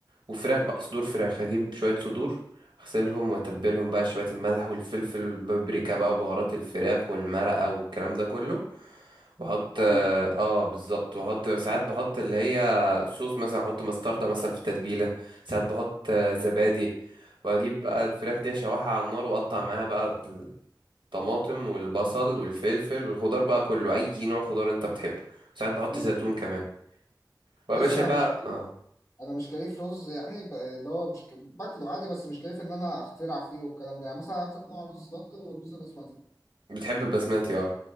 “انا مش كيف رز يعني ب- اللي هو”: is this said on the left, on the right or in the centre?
Left